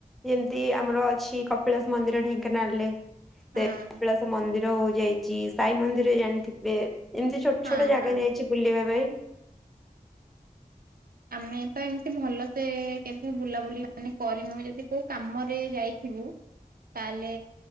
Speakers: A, in the centre; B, on the right.
A: ଯେମ୍ତି ଆମର ଅଛି କପିଳାସ ମନ୍ଦିର ଢ଼େଙ୍କାନାଲରେ।
B: ହଁ।
A: ପେ କପିଳାଶ ମନ୍ଦିର ହୋଉ ଯାଇଚି। ସାଇ ମନ୍ଦିର ଜାଣିଥିବେ? ଏମ୍ତି ଛୋଟ୍
B: ହଁ
A: ଛୋଟ ଜାଗା
B: ହଁ।
A: ଯାଇଛି ବୁଲିବା ପାଇଁ।
B: ଆମେ ଏପାଇଁ ଏମିତି ଭଲସେ କେବେ ବୁଲାବୁଲି ମାନେ କରିନୁ ଯଦି କୋଉ କାମରେ ଯାଇଥିବୁ ତାଲେ